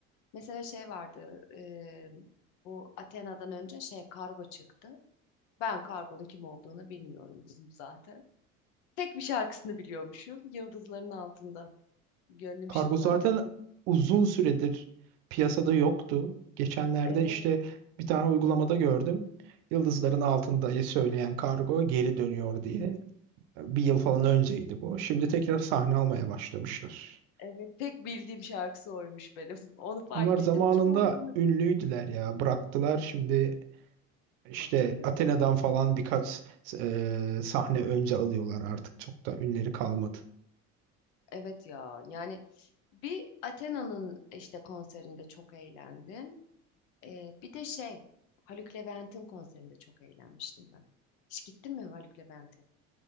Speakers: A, on the left; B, on the right.
A: mesela şey vardı. e, bu Athena'dan önce şey kargo çıktı. Ben kargonun kim olduğunu bilmiyorum <laughs> zaten. Tek bir şarkısını biliyormuşum. Yıldızların altında. Gönlüm
B: Kargo
A: şu sarhoş
B: zaten
A: dedi.
B: uzun süredir piyasada yoktu. Geçenlerde
A: Evet,
B: işte bir tane uygulamada gördüm. Yıldızların altında söyleyen kargo geri dönüyor diye. Bir yıl falan
A: evet.
B: önceydi bu. Şimdi tekrar sahne almaya başlamışlar.
A: Evet, tek bildiğim şarkısı oymuş benim. <laughs> Onu fark
B: Onlar zamanında
A: ettim. Kim olduğunu
B: ünlüydüler
A: bilmiyorum.
B: ya. Bıraktılar şimdi İşte
A: Hatırlıyorum.
B: Athena'dan falan birkaç e, sahne önce alıyorlar artık. Çok da ünleri kalmadı.
A: Evet ya. Yani bir Athena'nın işte konserinde çok eğlendim. Ee, bir de şey Haluk Levent'in konserinde çok eğlenmiştim ben. Hiç gittin mi Haluk Levent'e?